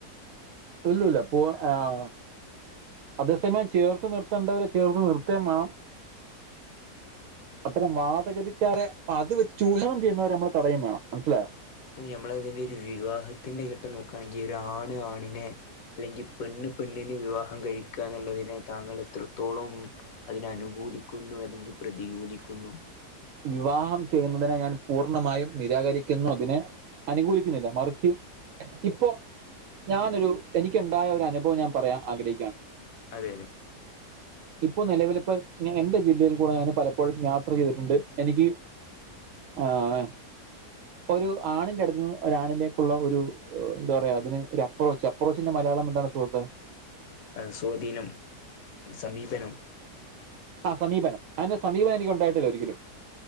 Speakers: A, on the right (about 65°); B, on the left (about 65°).
A: ഇല്ല ഇല്ല പോവാ ആഹ അതേസമയം ചേർത്ത് നിർത്തേണ്ടവരെ ചേർത്ത് നിർത്തേം വേണം അത്തരം വാതഗതിക്കാരെ, പ്പ അത് വെച്ച് ചൂഷണം ചെയ്യുന്നവരെമ്മള് തടയും വേണം മനസ്സിലായോ
B: പ്പൊ ഞമ്മളതിൻ്റെ ഒരു വിവാഹത്തിന്റെ ഘട്ടം നോക്കാണെങ്കി ഒരു ആണ് ആണിനെ അല്ലെങ്കിൽ പെണ്ണ് പെണ്ണിന് വിവാഹം കഴിക്കുക എന്നുള്ളതിനെ താങ്കൾ എത്രത്തോളം അതിനെ അനുകൂലിക്കുന്നു അല്ലെങ്കിൽ പ്രതികൂലിക്കുന്നു
A: വിവാഹം ചെയ്യുന്നതിനെ ഞാൻ പൂർണമായും നിരാകരിക്കുന്നു അതിനെ അനുകൂലിക്കുന്നില്ല മറിച്ച് ഇപ്പൊ ഞാനൊരു എനിക്കുണ്ടായ ഒരു അനുഭവം ഞാൻ പറയാൻ ആഗ്രഹിക്കുകയാണ്
B: അതെ അതെ
A: ഇപ്പൊ നിലവിലിപ്പോ ഞ എന്റെ ജില്ലയിൽ കൂടെ ഞാന് പലപ്പോഴും യാ <unintelligible> ചെയ്തിട്ടുണ്ട് എനിക്ക് ആഹ
B: <inaudible>
A: ഒരു ആണിന്റെടുത്ത്ന്ന് ഒരാണിലേക്കുള്ള ഒരു എന്താ പറയാ അതിന് ഒരു അപ്രോച്ച് അപ്രോച്ചിന്റെ മലയാളം എന്താണ് സുഹൃത്തെ
B: അ സ്വാധീനം സമീപനം
A: ആഹ് സമീപനം. അതിൻ്റെ സമീപനം എനിക്ക് ഉണ്ടായിട്ടില്ല ഒരിക്കലും